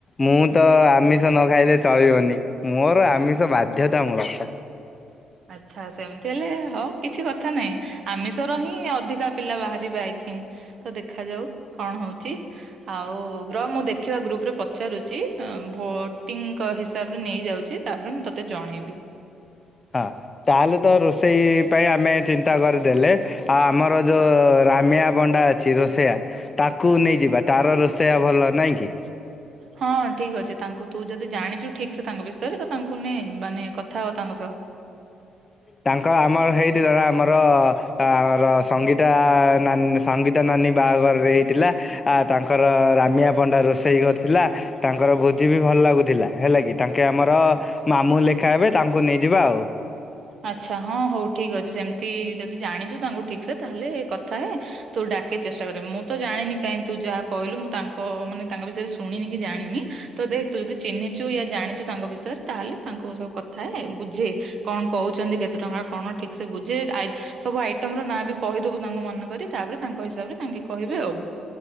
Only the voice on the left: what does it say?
ମୁଁ ତ ଆମିଷ ନ ଖାଇଲେ ଚଳିବନି। ମୋର ଆମିଷ ବାଧ୍ୟତା ମୂଳକ।
ହଁ ତାହେଲେ ତ ରୋଷେଇ ପାଇଁ ଆମେ ଚିନ୍ତା କରିଦେଲେ। ଆଉ ଆମର ଯୋଉ ରାମିୟା ପଣ୍ଡା ଅଛି ରୋଷେୟା। ତାକୁ ନେଇଯିବା ତାର ରୋଷେୟା ଭଲ ନାଇଁ କି।
ତାଙ୍କ ଆମର ହେଇଥିଲା ନା ଆମର ର ସଙ୍ଗୀତା ନାନୀ। ସଙ୍ଗୀତ ନାନୀ ବାହାଘରରେ ହେଇଥିଲା ଆ ତାଙ୍କର ରାମିଆ ପଣ୍ଡା ରୋଷେଇ କରିଥିଲା। ତାଙ୍କର ଭୋଜି ବି ଭଲ ଲାଗୁଥିଲା ହେଲା କିି ତାଙ୍କେ ଆମର ମାମୁଁ ଲେଖା ହେବେ ତାଙ୍କୁ ନେଇଯିବା ଆଉ।